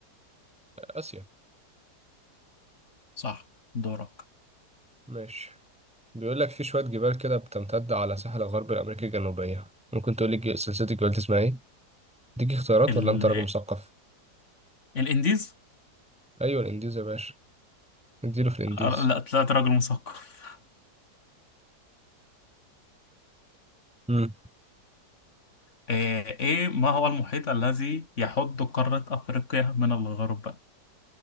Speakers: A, in the centre; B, on the left.
A: آسيا
B: صح دورك
A: ماشي بيقول لك في شوية جبال كده بتمتد على ساحل غرب الأمريكا الجنوبية ممكن تقول لي الج- سلسلة الجبال دي اسمها إيه؟ اديك اختيارات
B: ال...
A: ولا أنت راجل مثقف؟
B: الانديز
A: أيوة الإنديز يا باشا اديله في الإنديز
B: آه، لا طلعت راجل مثقف
A: مم.
B: آه، ايه ما هو المحيط الذي يحد قاره افريقيا من الغرب